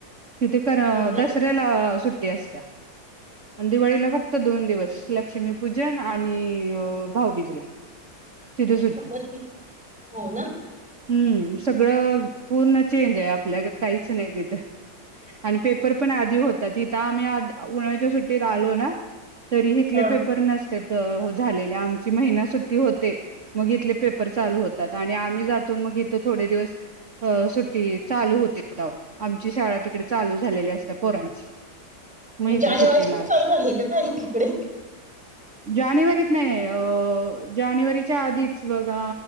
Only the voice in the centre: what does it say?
हो ना
मग ती हो ना
म्हणजे
जानेवारीतच
चालू झाले का काय हे तिकडे